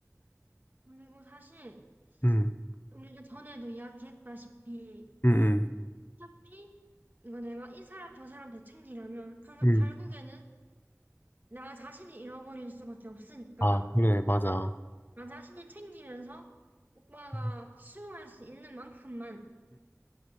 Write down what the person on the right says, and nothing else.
그리고 사실
우리가 전에도 이야기했다시피
어차피 이거 내가 이 사람 저 사람 다 챙기려면 결,
결국에는 나 자신을 잃어버릴 수밖에 없으니까
나 자신을 챙기면서 오빠가
수용할 수 있는 만큼만